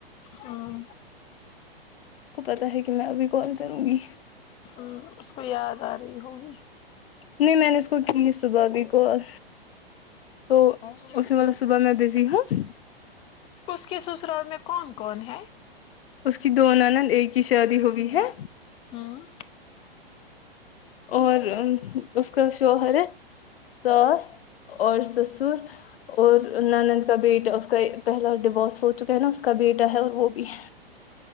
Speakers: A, on the left; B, on the left.
A: ہاں
B: اس کو پتا ہے کہ میں ابھی کال کروں گی
A: ہاں اس کو یاد آ رہی ہوگی
B: نہیں میں نے اس کو کی نہیں صبح بھی کال تو اس
A: ٹھیک
B: میں مطلب
A: ہے
B: صبح میں بزی ہوں
A: اس کے سسرال میں کون کون ہے
B: اس کی دو نند ایک کی شادی ہو گئی ہے
A: ہوں
B: اور اس کا شوہر ہے ساس اور سسر اور نند کا بیٹا اس کا پہلا ڈیورس ہو چکا ہے نا اس کا بیٹا ہے اور وہ بھی <inaudible>